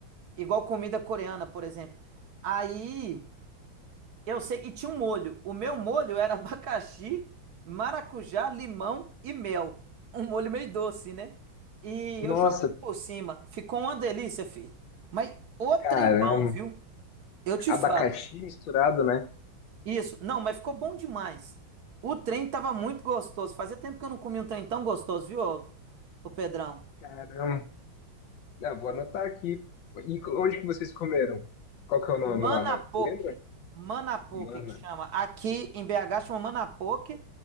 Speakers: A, on the right; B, on the left.
A: igual comida coreana, por exemplo. Aí eu sei, e tinha um molho. O meu molho era <laughs> abacaxi, maracujá, limão e mel. Um molho meio doce, né? E
B: Nossa,
A: eu joguei por cima. Ficou uma delícia, filho. Mas o trem
B: caramba,
A: bom, viu? Eu te
B: abacaxi
A: falo.
B: misturado, né?
A: Isso. Não, mas ficou bom demais. O trem tava muito gostoso. Fazia tempo que eu não comia um trem tão gostoso, viu, ô, ô Pedrão?
B: Caramba, Ah, vou anotar aqui. E co- onde que vocês comeram? Qual que é o nome
A: Manapoque.
B: lá, mas lembra?
A: Manapoque
B: Mana,
A: que chama. Aqui em BH chama Manapoque.